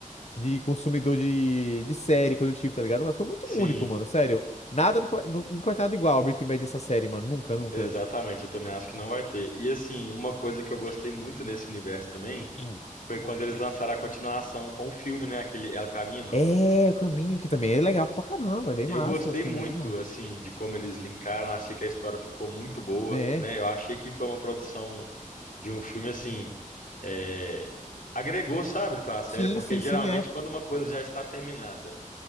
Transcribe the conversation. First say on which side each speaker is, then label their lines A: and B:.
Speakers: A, on the left (about 55°); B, on the left (about 80°).
A: de consumidor de, de série, coisa do tipo, tá ligado? Mas foi muito
B: sim.
A: único, mano, sério. Nada, nunca, vai- nu- nunca vai ter nada igual a Breaking Bad essa série, mano. Nunca, nunca.
B: Exatamente, eu também acho que não vai ter. E, assim, uma coisa que eu gostei muito nesse universo também
A: Hum.
B: foi quando eles lançaram a continuação com o filme, né? Aquele El Camino.
A: É, o caminho, que também é legal pra caramba, é bem
B: Eu
A: massa
B: gostei
A: o filminho,
B: muito, assim, de como eles linkaram. Achei que a história ficou muito boa,
A: né?
B: né? Eu achei que foi uma produção de um filme, assim, é, agregou, sabe, para a série,
A: Sim,
B: porque
A: sim,
B: geralmente
A: sim, é.
B: quando uma coisa já está terminada